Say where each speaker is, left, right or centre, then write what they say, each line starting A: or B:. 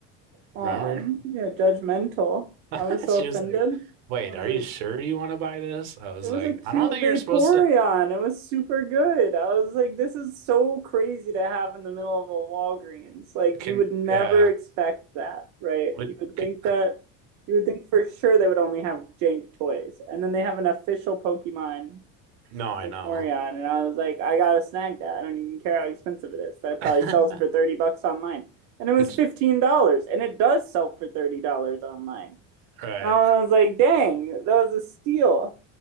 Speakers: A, on the right; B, on the right.
A: Um,
B: Remember?
A: yeah, judgmental.
B: <laughs>
A: I was so
B: She
A: offended.
B: was like, "Wait,
A: I was
B: are
A: like,
B: you sure you want to buy this?" I was
A: It was
B: like,
A: a cute
B: "I don't think
A: Vaporeon.
B: you're supposed to."
A: It was super good. I was like, this is so crazy to have in the middle of a Walgreens. Like,
B: Can
A: you would never
B: yeah?
A: expect that, right?
B: Would
A: You would think
B: could,
A: that, you would think for sure they would only have jank toys. And then they have an official Pokemon
B: no, I
A: Vaporeon.
B: know.
A: And I was like, I gotta snag that. I don't even care how expensive it is. That probably
B: <laughs>
A: sells for 30 bucks online. And it
B: Could
A: was $15.
B: you-
A: And it does sell for $30 online.
B: right?
A: And I was like, dang, that was a steal.